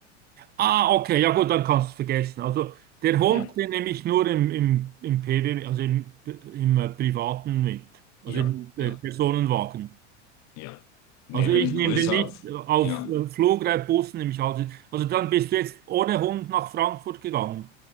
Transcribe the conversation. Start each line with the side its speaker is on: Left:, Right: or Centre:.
Right: Ah, okay, ja gut, dann kannst du es vergessen. Also der Hund,
Left: Ja.
Right: den nehme ich nur im, im, im PW, also im, im äh, Privaten mit, also
Left: Ja,
Right: im äh,
Left: ja,
Right: Personenwagen.
Left: ja. Nee,
Right: Also ich
Left: wenn ich
Right: nehme
Left: größer,
Right: den nicht
Left: f-
Right: äh, auf
Left: ja,
Right: äh, Flugreitbussen, nehme ich alles. Also dann bist du jetzt ohne Hund nach Frankfurt gegangen.